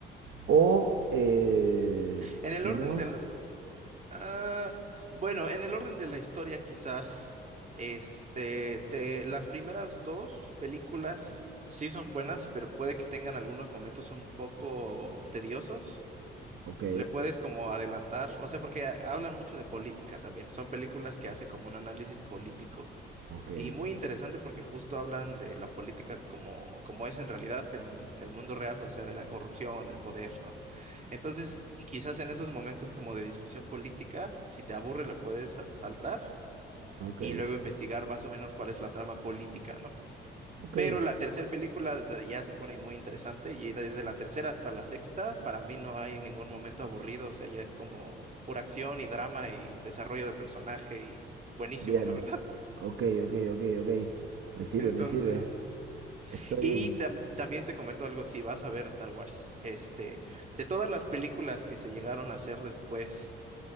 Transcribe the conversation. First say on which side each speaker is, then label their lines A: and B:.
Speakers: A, on the right; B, on the right.
A: o eh,
B: En
A: si
B: el orden
A: no,
B: del... ah, bueno, en el orden de la historia quizás, este, te- las primeras dos películas sí son buenas, pero puede que tengan algunos momentos un poco tediosos,
A: ok,
B: le puedes como adelantar, o sea, porque ha- hablan mucho de política también. Son películas que hacen como un análisis político.
A: ok.
B: Y muy interesante porque justo hablan de la política como, como es en realidad en el mundo real, o sea, de la corrupción, el poder, ¿no? Entonces, y quizás en esos momentos como de discusión política, si te aburre, le puedes sa- saltar
A: Ok,
B: y luego investigar más o menos cuál es la trama política, ¿no?
A: ok.
B: Pero la tercera película de- ya se pone muy interesante y desde la tercera hasta la sexta, para mí no hay ningún momento aburrido, o sea, ya es como pura acción y drama y desarrollo de personaje y buenísimo,
A: Bien.
B: la verdad.
A: Ok, ok, ok, ok.
B: <laughs>
A: Me sirve,
B: Entonces,
A: me sirve. Estoy...
B: y tam- también te comento algo, si vas a ver Star Wars, este, de todas las películas que se llegaron a hacer después,